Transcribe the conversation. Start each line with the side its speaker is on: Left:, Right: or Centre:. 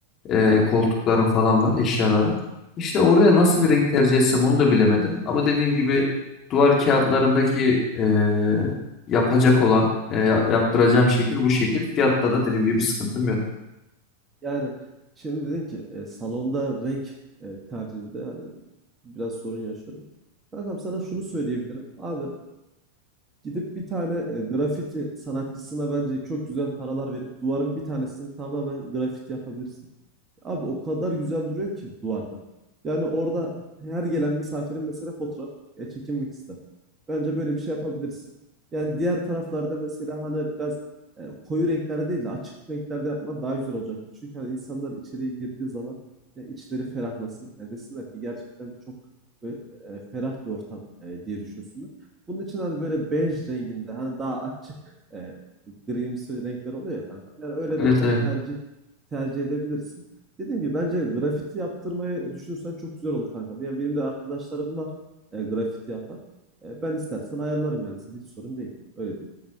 Left: e, koltukların falan var, eşyaların. İşte oraya nasıl bir renk tercih etsem onu da bilemedim. Ama dediğim gibi duvar kağıtlarındaki e, yapacak olan, e, ya- yaptıracağım şekil bu şekil. Fiyatta da dediğim gibi bir sıkıntım yok.
Right: Yani şimdi dedin ki e, salonda renk e, tercihinde hani biraz sorun yaşıyorum. Kankam sana şunu söyleyebilirim. Abi gidip bir tane e, grafiti sanatçısına bence çok güzel paralar verip duvarın bir tanesini tamamen grafiti yapabilirsin. Abi o kadar güzel duruyor ki duvarda. Yani orada her gelen misafirin mesela fotoğraf ya çekinmek ister. Bence böyle bir şey yapabilirsin. Yani diğer taraflarda mesela hani biraz e, koyu renklerde değil de açık renklerde yapman daha güzel olacaktır. Çünkü hani insanlar içeriye girdiği zaman ya içleri ferahlasın. Yani desinler ki gerçekten çok böyle, e, ferah bir ortam e, diye düşünsünler. Bunun için hani böyle bej renginde hani daha açık e, grimsi renkler oluyor ya kanka. Yani öyle
Left: Evet,
Right: renkler
Left: evet.
Right: tercih tercih edebilirsin. Dediğim gibi bence grafiti yaptırmayı düşünürsen çok güzel olur kanka. Yani benim de arkadaşlarım var e, grafiti yapan. E, ben istersen ayarlarım yani sana hiç sorun değil. Öyle değil.